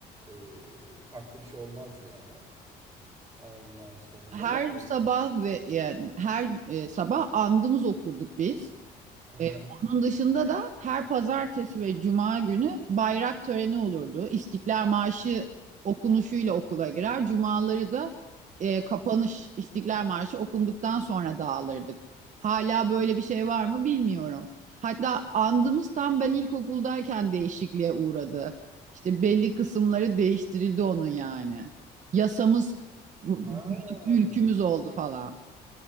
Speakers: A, on the right; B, on the right.
A: e, farklı bir şey olmazdı yani. Ondan sonra
B: Her
A: e,
B: sabah ve yani her e, sabah andımız okurduk biz.
A: hı hı.
B: Ee, onun dışında da her pazartesi ve cuma günü bayrak töreni olurdu. İstiklal Marşı okunuşuyla okula girer. Cumaları da e, kapanış İstiklal Marşı okunduktan sonra dağılırdık. Hala böyle bir şey var mı bilmiyorum. Hatta andımız tam ben ilkokuldayken değişikliğe uğradı. İşte belli kısımları değiştirildi onun yani. Yasamız bu-
A: Ha,
B: diyorduk, ülkümüz oldu falan.